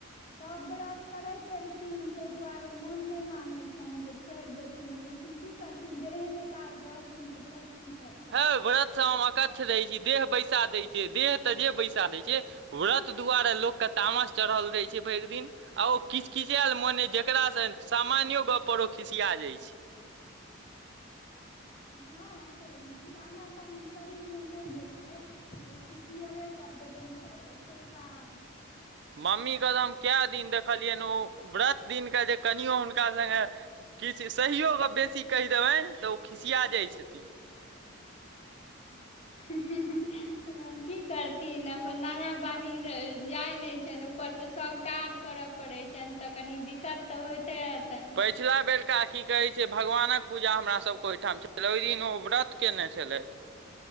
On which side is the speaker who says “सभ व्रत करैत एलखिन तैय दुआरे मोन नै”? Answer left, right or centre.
Left